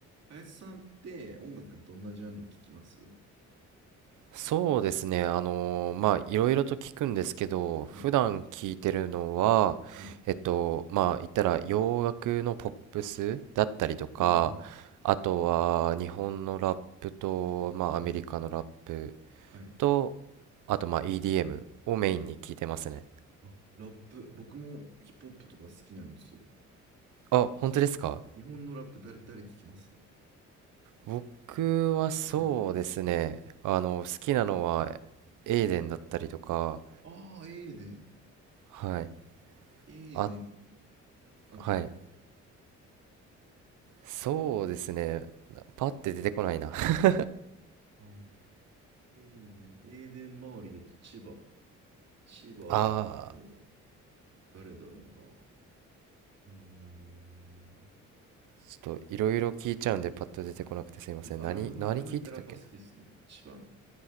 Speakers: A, on the right (about 55°); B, on the right (about 85°).
A: 林さんって音楽どんなジャンル聞きます
B: そうですね。あのーまあ、いろいろと聞くんですけど、普段聞いてるのは、
A: はい。はい。
B: えっと、まあ、言ったら洋楽のポップスだったりとか、
A: おー
B: あとは日本のラップと、まあ、
A: はい。
B: アメリカのラップ
A: はい。
B: と、あと、まあ、EDM をメインに聞いてますね。
A: はい。あ、ラップ。僕もヒップホップとか好きなんですよ。
B: あ、本当ですか
A: 日本のラップ誰、誰聞きます
B: 僕はそうですね。
A: はい。
B: あの、好きなのは、エイデンだったりとか、
A: ああ、エーデン。
B: はい。
A: エーデン。
B: あ、
A: あとなんだ。
B: はい。そうですね。パッて出てこないな。<laughs>
A: あーエーデン。エーデン周りだと千葉。千葉だと、
B: ああ、
A: 誰だろうな。うーん。
B: ちょっといろいろ聞いちゃうんでパッと出てこなくてすいません。
A: はい。僕、アラム、
B: 何、何聞いてたっけな。
A: アラムってラッパー好きですね。千葉の。